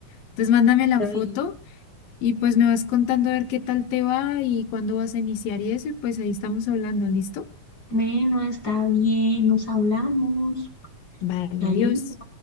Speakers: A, on the left; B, on the left.
A: Entonces mándame la
B: Está
A: foto
B: Bien,
A: y pues me vas contando a ver qué tal te va y cuándo vas a iniciar y eso, y pues ahí estamos hablando, ¿listo?
B: Bueno, está bien, nos hablamos.
A: Vale,
B: Chaito.
A: adiós.